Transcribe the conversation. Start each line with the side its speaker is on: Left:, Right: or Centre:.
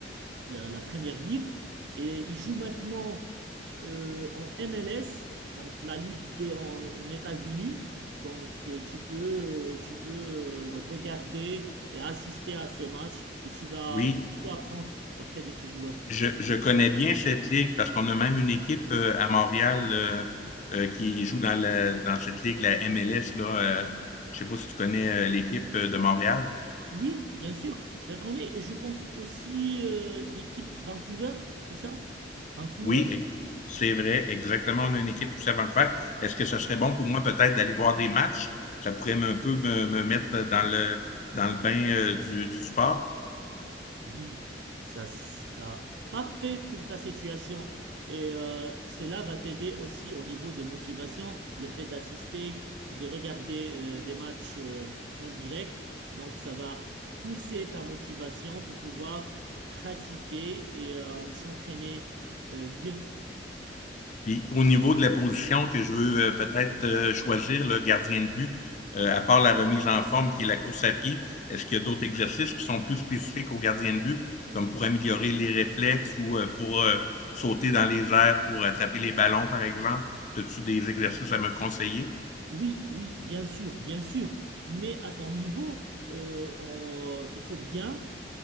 Right: la, la première ligue. Et il joue maintenant euh, en MLS, donc la Ligue des, en, en États-Unis. Donc, euh, tu peux, euh, tu peux euh, regarder et assister à ces matchs et tu vas
Left: Oui,
Right: beaucoup apprendre auprès de ce joueur.
Left: Je, je connais bien cette ligue parce qu'on a même une équipe euh, à Montréal euh, euh, qui joue dans la dans cette ligue, la MLS, là. euh, je sais pas si tu connais euh, l'équipe euh, de Montréal.
Right: Oui, bien sûr, je les connais et je pense aussi euh, l'équipe Vancouver, c'est ça? Vancouver?
Left: Oui, e- c'est vrai, exactement. On a une équipe poussée à Vancouver. Est-ce que ce serait bon pour moi peut-être d'aller voir des matchs? Ça pourrait me- un peu me, me mettre dans le dans le bain euh, du, du sport.
Right: Oui, ça sera parfait pour ta situation et euh, cela va t'aider aussi au niveau de motivation, le fait d'assister et de regarder euh, des matchs euh, en direct. Donc ça va pousser ta motivation pour pouvoir pratiquer et euh, s'entraîner euh, mieux.
Left: Puis au niveau de la position que je veux euh, peut-être euh, choisir, le gardien de but, euh, à part la remise en forme qui est la course à pied, est-ce qu'il y a d'autres exercices qui sont plus spécifiques au gardien de but, comme pour améliorer les réflexes ou euh, pour euh, sauter dans les airs, pour attraper les ballons, par exemple? As-tu des exercices à me conseiller?
Right: Oui, oui, bien sûr, bien sûr, mais à ton niveau, euh, on- il faut bien